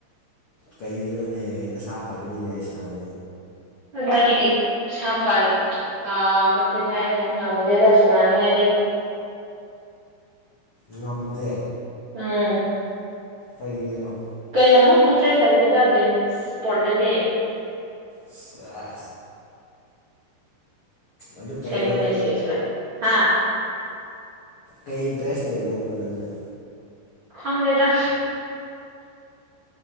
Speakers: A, on the left (about 75°); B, on the right (about 45°).
A: ꯀꯩꯒꯤꯔꯣꯅꯦ ꯅꯁꯥ ꯐꯒꯅꯤꯅꯦ ꯁꯥꯟꯅꯥꯎ
B: ꯀꯥꯗꯥꯏꯗꯒꯤ ꯁꯥꯥ ꯐꯔꯦ ꯌꯥꯥꯕꯗꯤ ꯍꯥꯏꯔꯅꯨ ꯉꯝꯗꯦ ꯁꯅꯥꯅꯤꯡꯉꯥꯏꯗꯤ
A: ꯉꯝꯗꯦ
B: ꯎꯝ
A: ꯀꯩꯒꯤꯔꯣ
B: ꯀꯩꯌꯥꯃꯨꯛ ꯏꯟꯇꯔꯦꯁ ꯂꯩꯇꯦꯗ ꯒꯦꯝ ꯏꯁꯄꯣꯔꯠꯇꯗꯤ
A: ꯁꯦꯁ ꯑꯗꯨ ꯀꯩꯅꯣꯕ
B: ꯁꯦꯝꯕꯅꯦ ꯁꯦꯁꯀꯥꯏ ꯍꯥ
A: ꯀꯩ ꯏꯟꯇꯔꯦꯁ ꯂꯩꯕ꯭ꯔꯣꯕ ꯅꯪꯅ
B: ꯈꯪꯗꯦꯗ